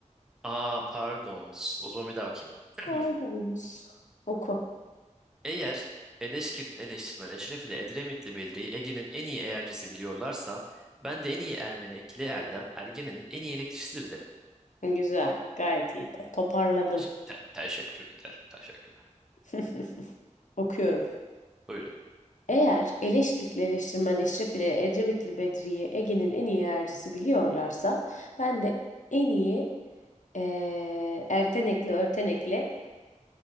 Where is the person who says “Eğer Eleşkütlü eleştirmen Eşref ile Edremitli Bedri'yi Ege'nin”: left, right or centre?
Left